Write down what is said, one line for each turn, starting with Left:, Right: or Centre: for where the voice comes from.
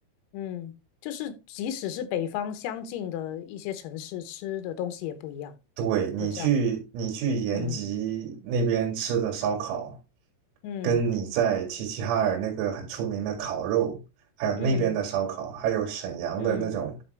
Left: 嗯，就是即使是北方相近的一些城市，吃的东西也不一样，
Right: 对，
Left: 会这样的。
Right: 你去你去延吉那边吃的烧烤，
Left: 嗯嗯
Right: 跟你在齐齐哈尔那个很出名的烤肉，还有那边的烧烤，
Left: 嗯
Right: 还有沈阳的那种，
Left: 嗯